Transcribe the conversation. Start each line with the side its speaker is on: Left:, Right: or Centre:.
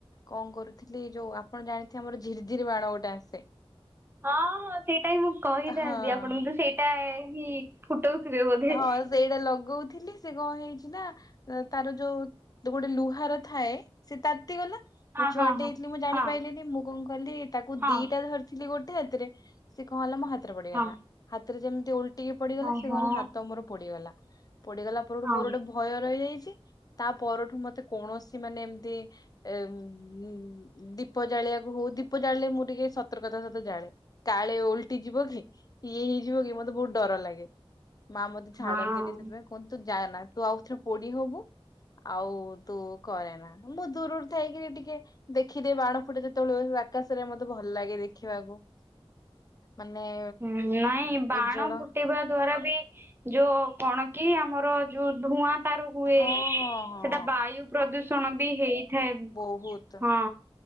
Left: କଣ କରୁଥିଲି ଯୋଉ ଆପଣ ଜାଣିଥିବେ ଆମର ଝିର୍ ଝିରି ବାଣ ଗୋଟେ ଆସେ
Right: ହଁ ହଁ ସେଇଟା ହିଁ ମୁଁ କହିଥାନ୍ତି
Left: ହଁ
Right: ଆପଣଙ୍କୁ ସେଇଟା ହିଁ ଫୁଟୋଉଥିବେ ବୋଧେ।
Left: ହଁ ସେଇଟା ଲଗୋଉଥିଲି ସେ କଣ ହେଇଛି ନା ତାର ଯୋଉ ଗୋଟେ ଲୁହାର ଥାଏ ସେ ତାତି ଗଲା।
Right: ହଁ
Left: ମୁଁ ଛୁଆଟେ
Right: ହଁ
Left: ଦେଇଥିଲି ମୁଁ ଜାଣିପାରଲିିନି
Right: ହଁ
Left: ମୁଁ କଣ କଲିି ତାକୁ
Right: ହଁ
Left: ଦିଟା ଧରିଥିଲି ଗୋଟେ ହାତରେ ସି କଣ ହେଲା ମୋ ହାତରେ ପଡିଗଲା
Right: ହଁ
Left: ହାତରେ ଯେମିତି ଓଲଟିକି ପଡିଗଲା
Right: ହଁ
Left: ସେ
Right: ହଁ ହଁ
Left: କଣ ହେଲା ହା ପୋଡିଗଲା ପୋଡିଗଲା ପରଠୁ
Right: ହଁ।
Left: ମୋର ଗୋଟେ ଭୋ ଭୟ ରହିଯାଇଛି ତା ପରଠୁ ମତେ କୌଣସି ମାନେ ଏମିତି ଏଁ ଉଁ ଦୀପ ଜାଳିବାକୁ ହୋଉ ଦୀପ ଜାଳିଲେ ମୁଁ ଟିକେ ସତର୍କତା ସହିତ ଜାଳେ କାଳେ ଓଲଟି ଯିବ କି? ଇଏ ହେଇଯିବ କି ମତେ ବୋହୁତ ଡର ଲାଗେ। ମା ମତେ ଛାଡନ୍ତିନି
Right: ହଁ
Left: ସେଥିପାଇଁ କୁହନ୍ତୁ ଯାନା ତୁ ଆଉ ରେ ପୋଡି ହୋବୁ। ଆଉ ତୁ କରେନା ମୁଁ ଦୂରରୁ ଥାଇକିରି ଟିକେ ଦେଖିଦିଏ ବାଣ ଫୁଟେ ଯେତେବେଳେ ହୁଏ ଆକାଶରେ ମୋତେ ଭଲ ଲାଗେ ଦେଖିବାକୁ। ମାନେ
Right: ହୁଁ ନାଇଁ ବାଣ
Left: ଉଜ୍ଜଳ
Right: ଫୁଟେଇବା ଦ୍ଵାରା ବି ଯୋଉ କଣ କି ଆମର ଯୋଉ ଧୂଆଁ ତାର ହୁଏ
Left: ହଁ
Right: ସେଟା
Left: ହଁ ହଁ ହଁ
Right: ବାୟୁ ପ୍ରଦୂଷଣ ବି ହେଇଥାଏ
Left: ବହୁତ
Right: ହଁ।